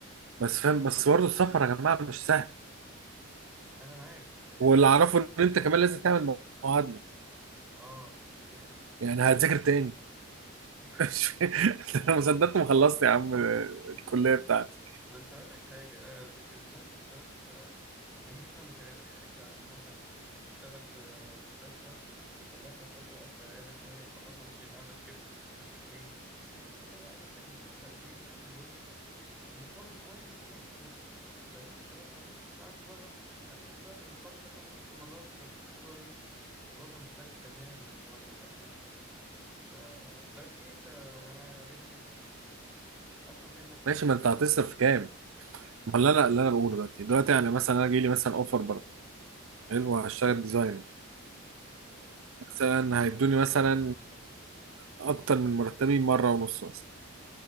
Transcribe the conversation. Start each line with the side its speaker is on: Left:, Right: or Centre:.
Right: بس فاهم بس برضو السفر يا جماعه مش سهل
Centre: انا معاك بس احنا
Right: واللي
Centre: فعلا
Right: اعرفه
Centre: يعني
Right: ان انت كمان لازم تعمل معادله
Centre: اه دي حقيقه
Right: يعني هتذاكر تاني <laughs>
Centre: <laughs>
Right: مش- انا ما صدقت ما خلصت يا عم آه، الكليه بتاعتي
Centre: بس اقول لك حاجه آه، بالنسبه لنا بصراحه مهنتنا متعبة يعني أنت عشان مثلا تشتغل في مستشفى وتخلصها تروح تقف في العيادة شوية تخلصها ممكن يبقى عندك شيفت في مستشفى تاني فممكن تلاقي نفسك بتلف 20 ساعة في اليوم المقابل كويس في مصر بس لو أنت اشتغلت نص الساعة دي بره هتاخد ضعف المقابل ده خمس ست مرات فبتحس اللي هو إيه الوضع مختلف تماما بره بقى فاهم ف طب احكي لي أنت أنا يمكن أفهم منك حاجة
Right: ماشي ما انت هتصرف كام ما هو اللي انا
Centre: دي حقيقة
Right: اللي انا بقوله دلوقتي دلوقتي يعني مثلا انا جاي لي مثلا اوفر بره حلو
Centre: أه
Right: هشتغل ديزاينر مثلا
Centre: ماشي
Right: هيدوني مثلا اكتر من مرتبي مره ونص مثلا